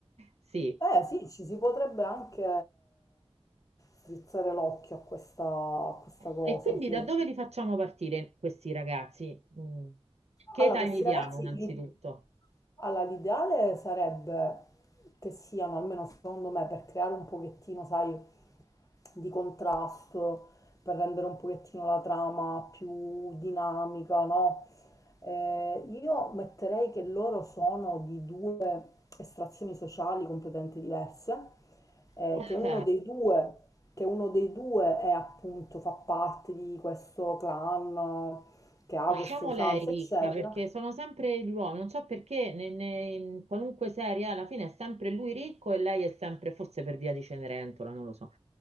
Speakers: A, on the right; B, on the left.
A: Sì.
B: eh, sì, ci si potrebbe anche strizzare l'occhio a questa, a questa cosa,
A: E quindi
B: sì.
A: da dove li facciamo partire questi ragazzi? Mm. Che
B: Allora,
A: età
B: questi
A: gli diamo
B: ragazzi,
A: innanzitutto?
B: l'i- allora, l'ideale sarebbe che siano, almeno secondo me, per creare un pochettino, sai, di contrasto, per rendere un pochettino la trama più dinamica, no? Eh, io metterei che loro sono di due estrazioni sociali completamente diverse, eh,
A: Ok.
B: che uno dei due, che uno dei due è appunto, fa parte di questo clan che ha
A: Facciamo
B: queste usanze,
A: lei ricca
B: eccetera.
A: perché sono sempre gli uomini, non so perché ne- ne- in qualunque serie alla fine è sempre lui ricco e lei è sempre, forse per via di Cenerentola, non lo so.